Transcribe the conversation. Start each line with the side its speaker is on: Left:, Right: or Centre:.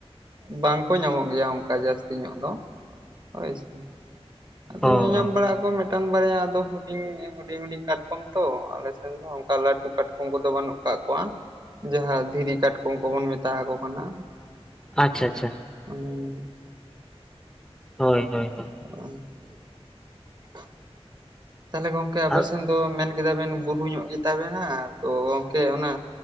Right: ᱵᱟᱝ ᱠᱚ ᱧᱟᱢᱚᱜ ᱜᱮᱭᱟ ᱚᱱᱠᱟ ᱡᱟᱹᱥ ᱧᱚᱜ ᱫᱚ ᱦᱳᱭ ᱥᱮ ᱟᱫᱚ
Centre: ᱚ
Right: ᱧᱮᱞ
Centre: ᱚ
Right: ᱵᱟᱲᱟᱜ ᱟᱠᱚ ᱵᱟᱹᱧ ᱵᱟᱨᱟᱭᱟ ᱟᱫᱚ ᱦᱩᱡᱩ ᱮ ᱦᱩᱰᱤᱧ ᱦᱩᱰᱤᱧ ᱠᱟᱴᱠᱚᱢ ᱛᱚ ᱟᱞᱮ ᱥᱮᱱ ᱫᱚ ᱚᱱᱠᱟ ᱞᱟᱴᱩ ᱠᱟᱴᱠᱚᱢ ᱠᱚᱫᱚ ᱵᱟᱹᱱᱩᱜ ᱠᱟᱜ ᱠᱚᱣᱟ ᱡᱟᱦᱟᱸ ᱫᱷᱤᱨᱤ ᱠᱟᱴᱠᱚᱢ ᱠᱚᱵᱚᱱ ᱢᱮᱛᱟ ᱦᱟᱠᱚ ᱠᱟᱱᱟ
Centre: ᱟᱪᱪᱷᱟ ᱟᱪᱪᱷᱟ
Right: ᱦᱩᱸ
Centre: ᱦᱳᱭ ᱦᱳᱭ ᱦᱳᱭ ᱾
Right: <unintelligible> <unintelligible> ᱛᱟᱦᱚᱞᱮ ᱜᱚᱢᱠᱮ ᱟᱯᱮᱥᱮᱱ
Centre: ᱟᱨ
Right: ᱫᱚ ᱢᱮᱱ ᱠᱮᱫᱟ ᱵᱮᱱ ᱵᱩᱨᱩ ᱧᱚᱜ ᱜᱮ ᱛᱟᱵᱮᱱᱟ ᱛᱚ ᱜᱚᱢᱠᱮ ᱚᱱᱟ